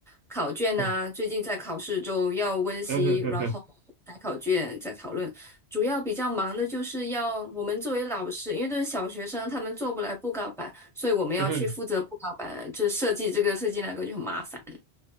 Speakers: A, in the centre; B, on the right.
A: 考卷啊，
B: 嗯
A: 最近在考试周要温习，
B: 嗯哼嗯哼
A: 然后改考卷，再讨论。主要比较忙的就是要我们作为老师，因为都是小学生，他们做不来布告板，所以我们要去负责布告板，
B: 嗯哼，
A: 就设计这个设计那个就很麻烦。